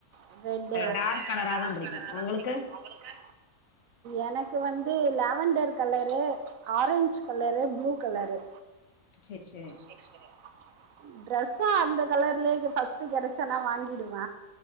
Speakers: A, on the right; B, on the left.
A: அந்த இந்த
B: டார்க்
A: க
B: கலரா
A: காரசாரதா
B: தா புடிக்கு உங்களுக்கு
A: அப்டி உங்களுக்கு எனக்கு வந்து lavender colour orange colour blue colour
B: சேரி சேரி
A: சேரி சேரி ட்ரெஸ்ஸும் அந்த கலர்லயே ஃபர்ஸ்ட்டு கெடைச்சன்னா வாங்கிடுவ